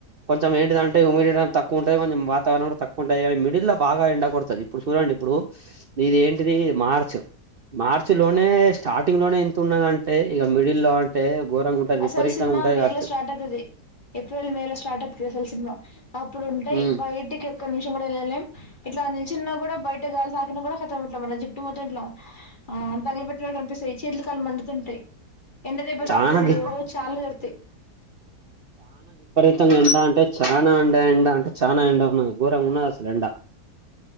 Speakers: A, on the right; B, on the left.
A: కొంచం ఏంటిది అంటే యుమిడిటీ అనేది తక్కువ ఉంటాయి కొంచెం వాతావరణ కూడా తక్కువ ఉంటా కానీ మిడిల్ లో బగా ఎండాకొడతది ఇప్పుడు చూడండి ఇప్పుడు ఇది ఏంటిది మార్చ్ మార్చ్ లోనే స్టార్టింగ్ లోనే ఇంత ఉన్నదంటే ఇగ మిడిల్ లో అంటే ఘోరంగా ఉంటది
B: అసలు
A: విపరీతంగా
B: సినిమా
A: ఉంటది
B: మేల
A: కావచ్చు
B: స్టార్ట్ అయితది. ఏప్రిల్, మేల స్టార్ట్ అతుది అసలు సినిమా అప్పుడు ఉంటాయి
A: ఉమ్
B: బయటికి ఒక్క ని చూడళ్ళలేం ఇట్లా నిలిచిన్న కూడా బయట గాలి తాకిన కూడా కతమంట్లా మన జుట్టు మ తుంట్ల ఆ తగలు పెట్టినట్టు అనిపిస్తది. చేతులు, కాళ్ళు మండుతుంటాయి ఎండదెబ
A: చానా
B: త తది
A: వి
B: ఓ చాల జరుగుతాయి
A: తానే ఎండ అంటే చానా ఎండ ఎండ అంటే చానా ఎండ ఉన్నయ్ ఘోరంగా ఉన్నది అసలు ఎండ